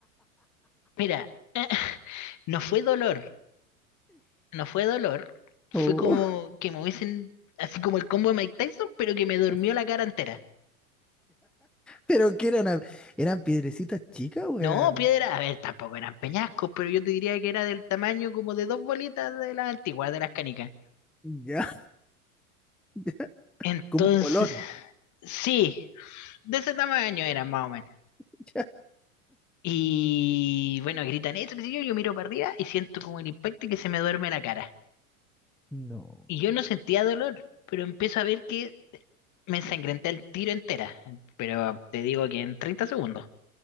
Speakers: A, on the left; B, in the centre.
A: mira, <laughs> no fue dolor, no fue dolor, fue
B: oh,
A: como que me hubiesen, así como el combo de Mike Tyson, pero que me durmió
B: <laughs>
A: la cara entera.
B: Pero que eran, a- eran piedrecitas chicas o
A: No,
B: eran
A: piedra, a ver, tampoco eran peñascos, pero yo te diría que era del tamaño como de dos bolitas de las antiguas, de las canicas.
B: ya, <laughs> ya,
A: Entonces,
B: como un colón.
A: sí, de ese tamaño era más o menos.
B: <laughs> Ya,
A: Y bueno, gritan eso, qué sé yo, yo miro para arriba y siento como el impacto y que se me duerme la cara.
B: no,
A: Y yo no sentía dolor, pero empiezo a ver que me ensangrenté el tiro entera. Pero te digo que en 30 segundos.